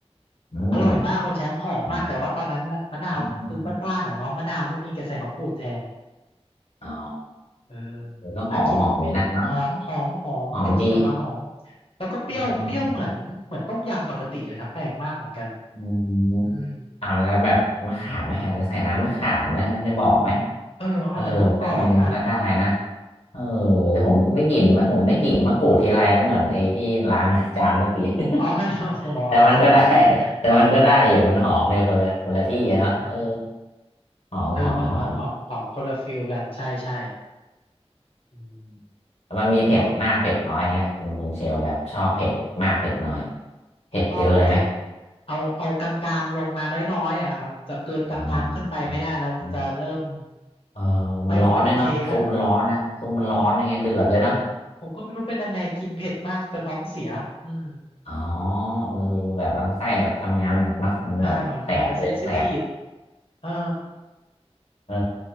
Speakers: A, on the left; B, on the left.
A: อืม
B: อร่อยมากคุณแชมป์หอมมากแต่ว่าตอนนั้นมะมะนาวคือบ้านๆอ่ะเนาะมะนาวไม่มีแกใส่มะกรูดแทน
A: เนี่ยอืมอืมอืมอ๋อ
B: เออ
A: เออก็หอมหอมอยู่นะเนาะ
B: แต่กลินหอมหอมหอมพอกินออกมาหอม
A: หอมดี
B: แล้วก็เปรี้ยวเปรี้ยวเหมือนเหมือนต้มยำปกติเลยนะแปลกมากเหมือนกัน
A: เอออืม
B: อืม
A: อาจจะแบบมะขามไหมอาจจะใส่น้ำมะขามได้ไหมได้บอกไหม
B: เออเขาอาจจะไม่ได้บอกนะ
A: เออมันก็มันก็ได้นะเออแต่ผมได้กลิ่นมาผมได้กลิ่นมะกรูดทีไรแล้วเหมือนไอ้ที่ล้างจานทุกที
B: อืม
A: <laughs>
B: อ๋อไม่อ๋อ
A: แต่มันก็ได้
B: หอม
A: <laughs> แต่มันก็ได้อยู่มันหอมเลยคนละคนละที่อะเนาะเออ
B: อืม
A: หอมหอมหอม
B: เออมันมันออกหอมคนละฟิลกันใช่ใช่อืม
A: มันมีเผ็ดมากเผ็ดน้อยเงี้ยคุณคุณเชลแบบชอบเผ็ดมากเผ็ดน้อย
B: แล้ว
A: เผ็ดเยอะเลยไหม
B: ชอบเผ็ดเอาเอากลางๆลงมาน้อยๆอ่ะครับจะเกินกลางๆขึ้นไปไม่ได้แล้วจะเริ่ม
A: อ่าอืมอืมเออมันร้อนเลยเนาะซุปมันร้อนนะซุปมันร้อนยังไงเดือดเลยเนาะ
B: ไม่ไม่โอเคละ กินผมก็ผมก็ไม่รู้เป็นยังไงกินเผ็ดมากจะท้องเสียอืม
A: <laughs> อ๋อเออแบบลำไส้ทำงานหนักเนาะมันแบบแสบเกินแสบ
B: ใช่เหมือนมันมันเซนซิทีฟเออ
A: เออ